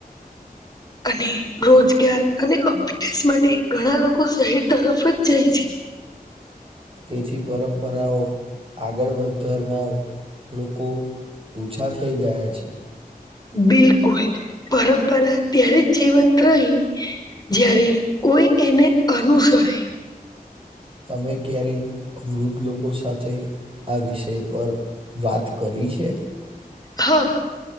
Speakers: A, on the right; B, on the left.
A: <inaudible> <inaudible>
B: અને રોજગાર અને અભ્યાસ માટે ઘણા લોકો શહેર તરફ જ જાય છે.
A: તેથી પરંપરાઓ આગળ વધારનાર. લોકો ઓછા થઈ ગયા છે.
B: બિલકુલ પરંપરા ત્યારે જ જીવંત રહી. જ્યારે કોઈ એને અનુસરે.
A: તમે ક્યારેય વૃદ્ધ લોકો સાથે. આ વિષય પર વાત કરી છે.
B: હા.